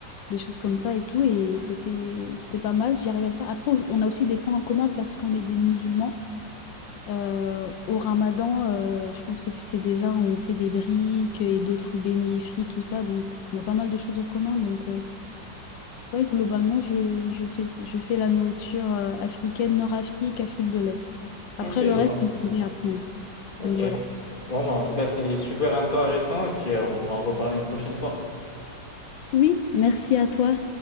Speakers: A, on the left; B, on the left.
A: des choses comme ça et tout. Et c'était, c'était pas mal, j'y arrivais à le faire. Après, on a aussi des points en commun parce qu'on est des musulmans. Euh, au Ramadan, euh, je pense que tu sais déjà, on fait des briques et d'autres beignets frits, tout ça. Donc, on a pas mal de choses en commun. Donc, euh, ouais, globalement, je, je fais, je fais la nourriture euh, africaine, Nord-Afrique, Afrique de l'Est.
B: Ok,
A: Après,
B: je
A: le reste,
B: vois.
A: je devais apprendre.
B: Ok.
A: Donc, voilà.
B: Bon, bah, en tout cas, c'était super intéressant et puis euh, on pourra en reparler une prochaine fois.
A: Oui, merci à toi.